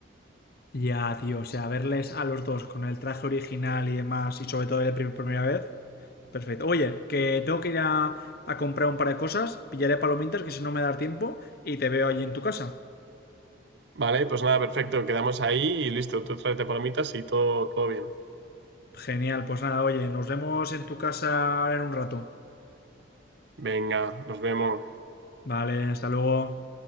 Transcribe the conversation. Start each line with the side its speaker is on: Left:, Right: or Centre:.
Left: Ya, tío, o sea, verles a los dos con el traje original y demás, y sobre todo la prim- primera vez, perfecto. Oye, que tengo que ir a, a comprar un par de cosas, pillaré palomitas, que si no me da tiempo, y te veo allí en tu casa.
Right: Vale, pues nada, perfecto, quedamos ahí y listo, tú tráete palomitas y todo, todo bien.
Left: Genial, pues nada, oye, nos vemos en tu casa ahora en un rato.
Right: Venga, nos vemos.
Left: Vale, hasta luego.